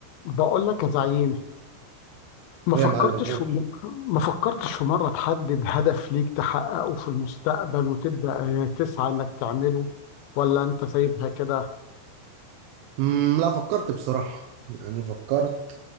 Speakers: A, on the left (about 85°); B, on the right (about 85°).
A: بقول لك يا زعيم ما
B: ايه
A: فكرتش
B: يا معلم قول
A: في م- ما فكرتش في مرة تحدد هدف ليك تحققه في المستقبل وتبدأ آه، تسعى إنك تعمله ولا أنت سايبها كده
B: امم لا فكرت بصراحة يعني فكرت